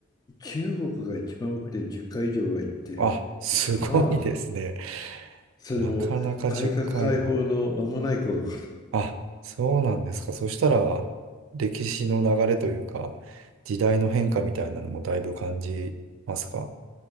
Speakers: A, on the left; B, on the right.
A: 中国が一番奥で10回以上は行ってるかな。
B: あ、すごいですね。
A: それも改革開放の間もない頃。
B: なかなか10回は。あ、そうなんですか。そしたら、歴史の流れというか、時代の変化みたいなのもだいぶ感じますか